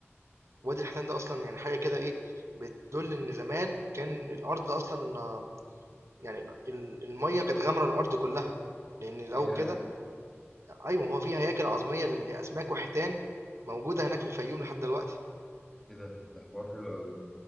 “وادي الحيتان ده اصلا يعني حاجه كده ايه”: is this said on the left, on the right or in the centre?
Right